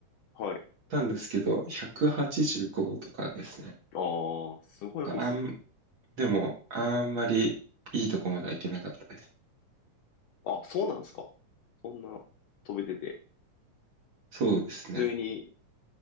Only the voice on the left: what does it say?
はい。
ああ、すごいですね。
あ、そうなんですか。そんな飛べてて、
普通に